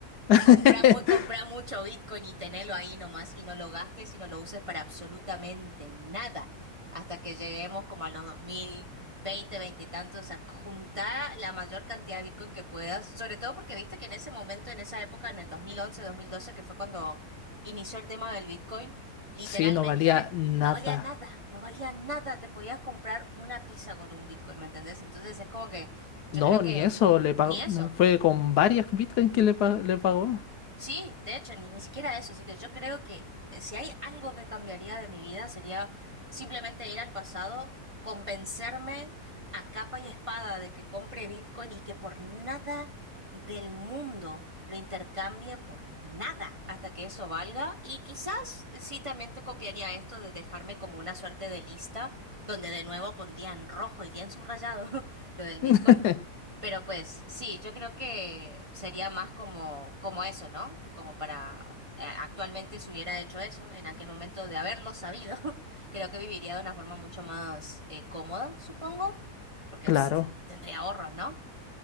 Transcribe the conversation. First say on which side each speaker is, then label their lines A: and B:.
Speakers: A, on the left; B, on the right.
A: <laughs>
B: Comprá muy, comprá mucho Bitcoin y tenelo ahí nomás y no lo gastes y no lo uses para absolutamente nada hasta que lleguemos como a los 2020, veinte veinte y tantos, a juntar la mayor cantidad de Bitcoin que puedas, sobre todo porque viste que en ese momento, en esa época, en el dos dos mil once dos mil doce que fue cuando inició el tema del Bitcoin, literalmente
A: Sí, no valía nada.
B: no valía nada, no valía nada, te podías comprar una pizza con un Bitcoin, ¿me entendés? Entonces es como que
A: No,
B: yo creo que
A: ni eso, le pagó,
B: ni eso.
A: no, fue con varias Bitcoin que le, pa- le pagó.
B: Sí, de hecho, ni, ni siquiera eso. Así que yo creo que eh, si hay algo que cambiaría de mi vida sería simplemente ir al pasado, convencerme a capa y espada de que compre Bitcoin y que por nada del mundo lo intercambie por nada hasta que eso valga. Y quizás eh, sí también te copiaría esto de dejarme como una suerte de lista donde de nuevo pondría en rojo y bien subrayado <laughs> lo del Bitcoin
A: <laughs>
B: pero pues sí, yo creo que sería más como, como eso, ¿no? Como para eh, actualmente si hubiera hecho eso, en aquel momento de haberlo sabido, <laughs> creo que viviría de una forma mucho más eh, cómoda, supongo, porque
A: Claro.
B: pst, tendría ahorros, ¿no?